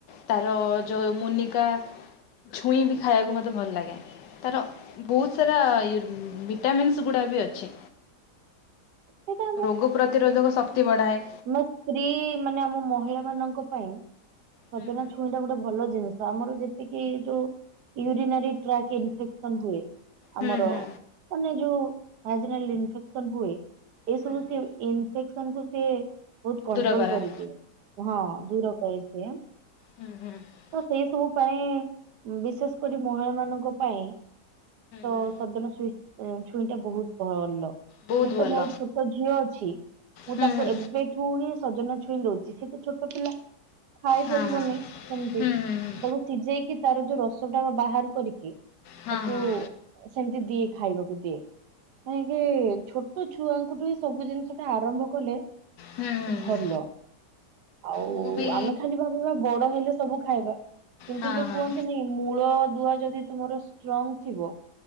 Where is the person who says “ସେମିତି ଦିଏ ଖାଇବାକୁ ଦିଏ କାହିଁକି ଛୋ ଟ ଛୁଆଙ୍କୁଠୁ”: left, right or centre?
Right